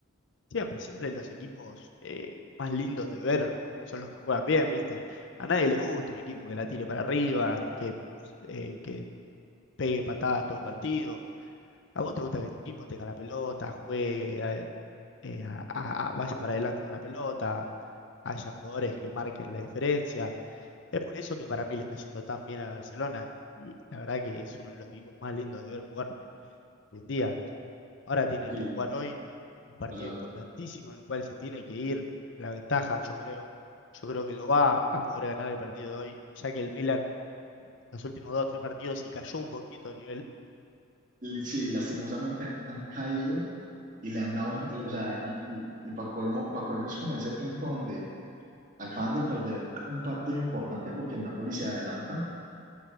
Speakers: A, on the left; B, on the right.
A: Siempre, siempre los equipos eh, más lindos de ver son los que juegan bien, ¿viste? A nadie le gusta un equipo que la tire para arriba, que eh, que pegue patadas todo el partido. ¿A vos te gusta que tu equipo tenga la pelota, juegue, eh, eh, a- a- a- vaya para adelante con la pelota, haya jugadores que marquen la diferencia? Es por eso que para mí le está yendo tan bien a Barcelona y la verdad que es uno de los equipos más lindos de ver jugar hoy en día. Ahora tiene
B: Sí,
A: que jugar hoy un partido
B: o sea,
A: importantísimo en el cual se tiene que ir la ventaja, yo creo. Yo creo que lo va a poder ganar el partido de hoy, ya que el Milan los últimos dos o tres partidos se cayó un poquito a nivel
B: l- sí, lastimosamente han, han caído y le han dado un, le- o sea, y, y, y para colmo, pa' colmo es como ese punto donde acaban de perder un partido importante porque el Napoli se adelanta